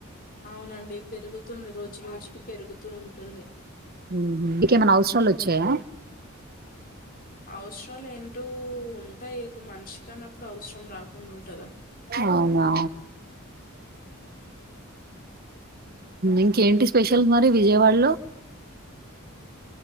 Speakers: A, on the left (about 45°); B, on the right (about 45°).
A: అవునండి పెరుగుతుంది రోజు రోజుకి పెరుగుతూ ఉంటుంది
B: మ్మ్. మీకేమైనా అవసరాలు వచ్చాయా
A: అవసరాలు ఏం అడు ఉంటాయి ఒక మనిషికి అన్నప్పుడు అవసరం రాకుండా ఉంటందా
B: అవునా ఇంకేంటి స్పెషల్స్ మరి విజయవాడలో